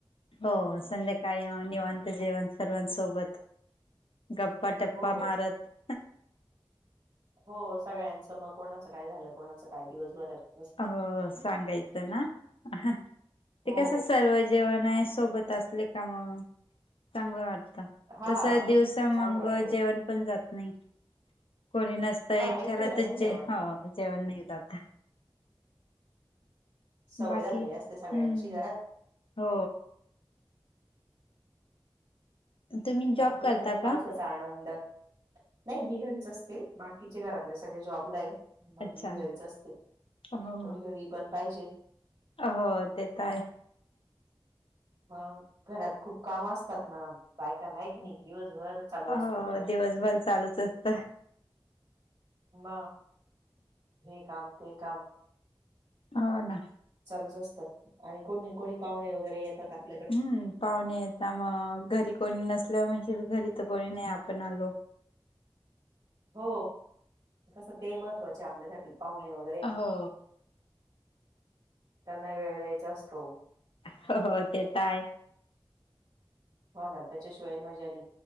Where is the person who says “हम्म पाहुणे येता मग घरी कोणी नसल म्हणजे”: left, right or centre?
Left